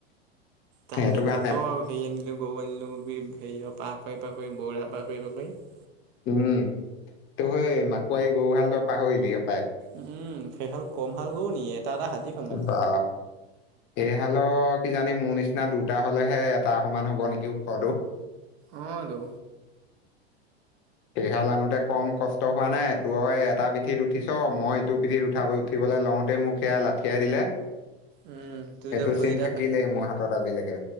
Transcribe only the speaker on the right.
তাহানি
কত আৰু হেৰি আনিলোঁ গৰু আনিলোঁ হেৰিয় পা <unintelligible>
উম, সেইফাল কম হাল গও নি এটা এটা হাতী সমান
অ', টো
উম তোৰ
যে ভৰি
এটা